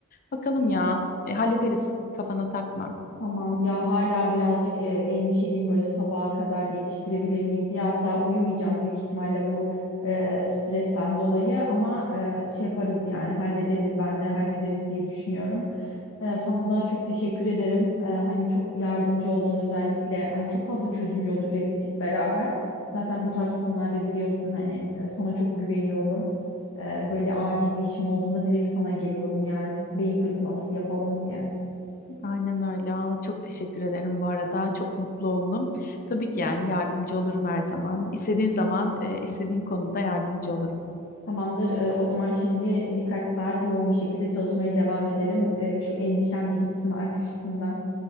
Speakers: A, on the left (about 40°); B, on the left (about 65°).
A: Bakalım ya E, hallederiz kafana takma.
B: Tamam ya hala birazcık e, endişeliyim böyle sabaha kadar yetiştirebilir miyiz diye hatta uyumayacağım büyük ihtimalle bu e, stresten dolayı ama e, şey yaparız yani hallederiz ben de hallederiz diye düşünüyorum. E, sana da çok teşekkür ederim. E, hani çok yardımcı oldun özellikle hani çok fazla çözüm yolu ürettik beraber. Zaten bu tarz konularda biliyorsun hani e, sana çok güveniyorum. E, böyle acil bir işim olduğunda direkt sana geliyorum yani beyin fırtınası yapalım diye.
A: Aynen öyle. Valla çok teşekkür ederim bu arada. Çok mutlu oldum. Tabii ki yani yardımcı olurum her zaman. İstediğin zaman, e, istediğin konuda yardımcı olurum.
B: Tamamdır. Ee, o zaman şimdi birkaç saat yoğun bir şekilde çalışmaya devam edelim. Ee, şu endişem bir gitsin artık üstümden.